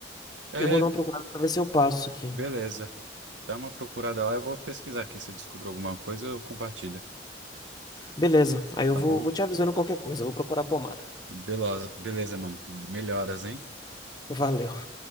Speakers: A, on the right; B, on the left.
A: É,
B: Eu vou dar uma procurada para ver se eu passo aqui.
A: beleza. Dá uma procurada lá, eu vou pesquisar aqui. Se eu descobrir alguma coisa, eu compartilho.
B: Beleza, aí eu
A: Tá
B: vou,
A: bom?
B: vou te avisando qualquer coisa, eu vou procurar a pomada.
A: Beleza, beleza, mano. Melhoras, hein?
B: Valeu.